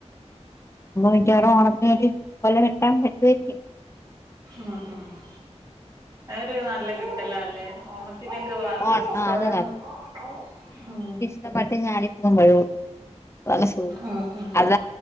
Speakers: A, on the left (about 25°); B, on the right (about 35°).
A: അന്ന് മിക്കവാറും ഓണത്തില് കൊല വെട്ടാൻ പറ്റുവായിരിക്കും
B: ആഹ് ആഹ് ആഹ് ഒരു നല്ല കിട്ടലാല്ലേ ഓണം പിന്നൊക്കെ വാ
A: ഓൺ ആ
B: സ്വയം
A: അത്
B: ഒന്ന് ഉം
A: <unintelligible>
B: ആഹ് ആഹ്
A: അത്